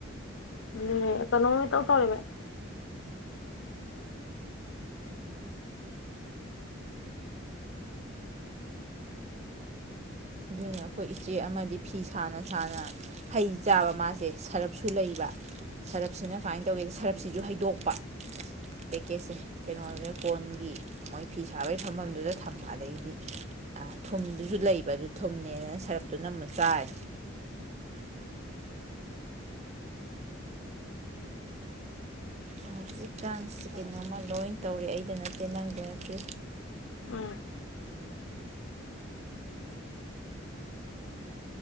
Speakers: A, on the left; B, on the right.
A: ꯎꯝ ꯀꯅꯣꯃꯤ ꯇꯧ ꯇꯧꯔꯕ
B: ꯑꯗꯨꯅ ꯑꯩꯈꯣꯏ ꯏꯆꯦ ꯑꯃꯗꯤ ꯐꯤ ꯁꯥꯅ ꯁꯥꯅ ꯍꯩ ꯆꯥꯕ ꯃꯥꯁꯦ ꯁꯔꯞꯁꯨ ꯂꯩꯕ ꯁꯔꯞꯁꯤꯅ ꯀꯃꯥꯏꯅ ꯇꯧꯒꯦꯗ ꯁꯔꯞꯁꯤꯁꯨ ꯍꯩꯗꯣꯛꯄ ꯄꯦꯛꯀꯦꯖꯁꯦ ꯀꯩꯅꯣꯗꯨꯗ ꯀꯣꯟꯒꯤ ꯃꯣꯏ ꯐꯤ ꯁꯥꯕꯒꯤ ꯐꯝꯐꯝꯗꯨꯗ ꯊꯝꯕ ꯑꯗꯒꯤꯗꯤ ꯊꯨꯝꯗꯨꯁꯨ ꯂꯩꯕ ꯑꯗꯨ ꯊꯨꯝꯅꯦꯅꯅ ꯁꯔꯞꯇꯨ ꯅꯝꯃ ꯆꯥꯏ ꯍꯧꯖꯤꯛꯀꯥꯟꯁꯦ ꯀꯩꯅꯣꯝꯃ ꯂꯣꯏ ꯇꯧꯔꯦ ꯑꯩꯗ ꯅꯠꯇꯦ ꯅꯪꯗ ꯅꯠꯇꯦ
A: ꯎꯝ